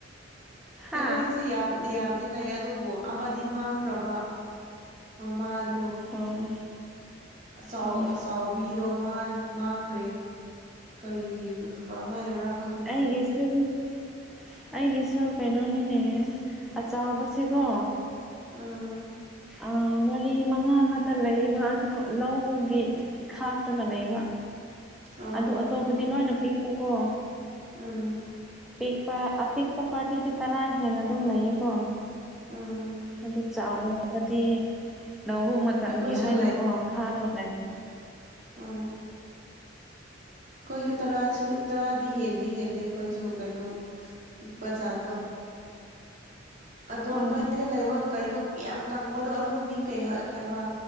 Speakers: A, in the centre; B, on the right (about 40°).
A: ꯍꯥ
B: ꯑꯩꯈꯣꯏꯗꯁꯨ ꯌꯥꯝ ꯌꯥꯝꯗꯤ ꯂꯩ ꯑꯗꯨꯕꯨ ꯑꯃꯗꯤ ꯃꯥꯡꯈ꯭ꯔꯕ ꯃꯃꯥꯗꯣ
A: ꯑꯣ
B: ꯑꯆꯥꯎ
A: ꯎꯝ
B: ꯑꯆꯥꯎꯕꯤꯗꯣ ꯃꯥꯟ ꯃꯥꯡꯈ꯭ꯔꯦ ꯀꯔꯤ ꯀꯔꯝꯃꯥꯏꯔ ꯈꯪꯗꯦ
A: <unintelligible> ꯑꯩꯒꯤꯁꯨ ꯀꯩꯅꯣꯅꯤꯅꯦ ꯑ ꯆꯥꯎꯕꯁꯦꯀꯣ
B: ꯎꯝ
A: ꯑꯥ ꯃꯔꯤ ꯃꯉꯥ ꯈꯛꯇ ꯂꯩꯌꯦꯕ ꯑꯗꯨ ꯂꯧꯒꯤ ꯈꯥꯛꯇꯒ ꯂꯩꯕ
B: ꯑꯣ
A: ꯑꯗꯨ ꯑꯇꯣꯞꯄꯗꯤ ꯂꯣꯏꯅ ꯄꯤꯛꯄꯀꯣ
B: ꯑꯥ
A: ꯄꯤꯛꯄ ꯑꯄꯤꯛꯄ ꯄꯥꯔꯇꯤꯗꯤ ꯇꯔꯥ ꯍꯦꯟꯅ ꯑꯗꯨꯝ ꯂꯩꯌꯦꯀꯣ
B: ꯎꯝ
A: ꯑꯗꯨ ꯆꯥꯎ ꯕꯗꯤ ꯂꯧꯕꯨꯛ ꯃꯠ ꯇꯝꯒꯦ
B: ꯑꯩꯈꯣꯏꯁꯨ
A: ꯍꯥꯏꯅꯀꯣ ꯈꯥꯛꯑꯒ ꯂꯩ
B: ꯑꯧ ꯈꯣꯏꯁꯨ ꯇꯔꯥꯁꯨ ꯇꯔꯥꯗꯤ ꯍꯦꯟꯗꯤ ꯍꯦꯜꯂꯦ ꯑꯩꯈꯣꯏꯁꯨ ꯀꯩꯅꯣ ꯄꯤꯛꯄ ꯖꯥꯗꯣ ꯑꯗꯣ
A: ꯑꯣ
B: ꯅꯣꯏ ꯗ ꯂꯩꯕ ꯀꯩꯅꯣ ꯌꯥꯝ ꯀꯪꯕꯗꯣ ꯑꯗꯨꯣ ꯃꯃꯤꯡ ꯀꯩ ꯍꯥꯏ ꯍꯥꯏꯕ